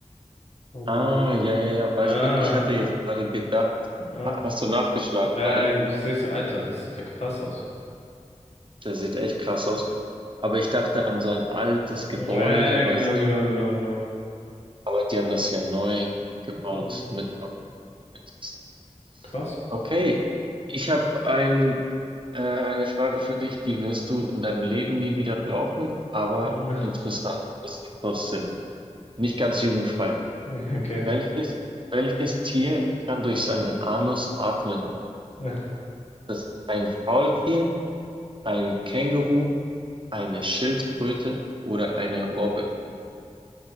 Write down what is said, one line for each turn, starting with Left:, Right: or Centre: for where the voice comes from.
Left: Oh gut.
Right: Ah, ja, ja, ja. Weißt
Left: Ah,
Right: du, ich hatte jetzt gerade gedacht,
Left: ah,
Right: ha- hast du nachgeschlagen
Left: ah,
Right: gerade?
Left: ich sehe es, Alter, das sieht ja krass aus.
Right: Der sieht echt krass aus. Aber ich dachte an so ein altes Gebäude,
Left: Ja, ja,
Right: weißt
Left: genau, genau,
Right: du?
Left: genau, genau.
Right: Aber die haben das ja neu gebaut
Left: Äh,
Right: mit. Okay, interessant.
Left: krass.
Right: Okay, ich habe ein, äh, eine Frage für dich, die wirst du in deinem Leben nie wieder brauchen, aber
Left: <laughs>
Right: interessant ist sie trotzdem. Nicht ganz jugendfrei.
Left: Ja. Okay.
Right: Welches, welches Tier kann durch seinen Anus atmen?
Left: Ja.
Right: Das ist ein Faultier, ein Känguru, eine Schildkröte oder eine Robbe?